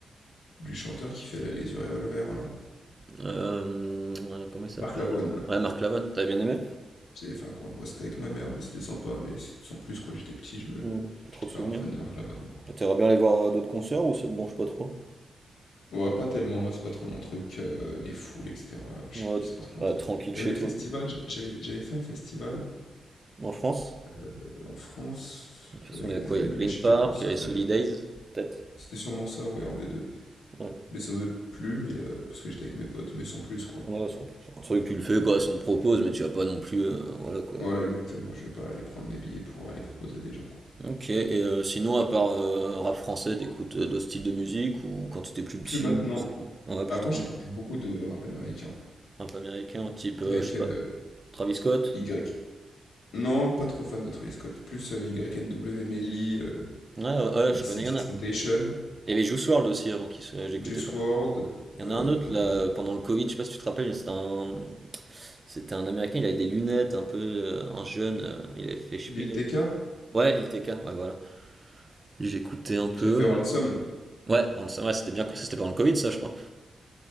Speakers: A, on the left; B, on the right.
A: du chanteur qui fait là Les Yeux Revolver là,
B: Euh, euh, comment il s'appelle
A: Marc Lavoine là.
B: Ouais, Marc Lavoine t'avais bien aimé
A: J'avais fait un concert bon c'était avec ma mère mais c'était sympa mais s sans plus quoi, j'étais petit, je me
B: Ou Plus trop
A: j'étais
B: de
A: pas
B: souvenirs.
A: un fan de Marc Lavoine moi, quoi.
B: T'aimerais bien aller voir d'autres concerts ou ça te branche pas trop
A: Ouais, pas tellement, moi c'est pas trop mon truc, heu, les foules et cetera, je
B: Ouais,
A: c'est
B: tu préfères
A: pas trop mon truc.
B: être tranquille
A: Même
B: chez
A: les
B: toi,
A: festivals,
B: quoi.
A: j j'avais j'avais fait un festival,
B: En France
A: heu, en France
B: De toute façon,
A: avec
B: il y a
A: des
B: quoi
A: amis,
B: Il y a le Green
A: mais je sais
B: Park,
A: plus comment ça
B: il y a
A: s'appelle.
B: les Days, peut-être
A: C'était sûrement ça, ouais, un des deux
B: Ouais.
A: Mais ça m'avait plu, mais heu, parce que j'étais avec mes potes, mais sans plus, quoi.
B: Ouais, c'est plus. C'est un truc que tu le fais, quoi, si on te propose, mais tu vas pas non plus. euh, voilà, quoi.
A: Voilà, exactement, je vais pas aller prendre mes billets pour aller proposer à des gens, quoi.
B: Ok, et euh, sinon, à part euh, rap français, t'écoutes euh, d'autres styles de musique ou quand t'étais plus petit
A: Plus maintenant.
B: ou Je sais pas. Ouais, plus
A: Avant,
B: trop.
A: j'écoutais beaucoup de rap américain
B: Un peu américain, type, euh,
A: avec,
B: je sais
A: heu,
B: pas, Travis Scott
A: Y. Non, pas trop fan de Travis Scott, plus, heu, YNW, Melly, heu,
B: Ouais, ouais, ouais,
A: XXXTentacion.
B: je connais, il y en a. et y avait Juice WRLD aussi avant qui se... j'écoutais
A: Juice
B: pas.
A: World,
B: Il y en
A: euh,
B: a un autre là pendant le Covid, je sais pas si tu te rappelles, c'était un c'était un américain, il avait des lunettes, un peu euh, un jeune, euh, il avait fait Spiel.
A: Lil
B: il
A: TK,
B: avait fait- Ouais, Lil TK, ouais voilà. Lui, J'écoutais un peu
A: qui a fait
B: mais
A: Ransom.
B: ouais, on- ça- ouais, c'était bien ça c'était pendant le Covid ça, je crois.